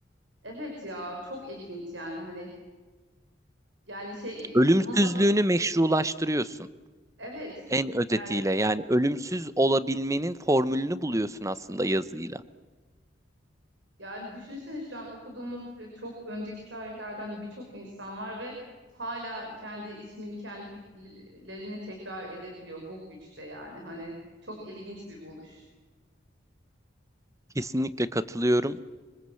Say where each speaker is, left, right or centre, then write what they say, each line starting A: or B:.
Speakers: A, on the right; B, on the right.
A: Evet ya çok ilginç yani hani yani şey
B: Ölümsüzlüğünü
A: bunun nasıl
B: meşrulaştırıyorsun.
A: evet
B: En özetiyle
A: yani
B: yani ölümsüz olabilmenin formülünü buluyorsun aslında yazıyla.
A: Yani düşünsene şu an okuduğumuz e, çok önceki tarihlerden birçok insan var ve hala kendi ismini, kendi fikirlerini tekrar edebiliyor bu güçte yani. Hani çok ilginç bir buluş.
B: Kesinlikle katılıyorum.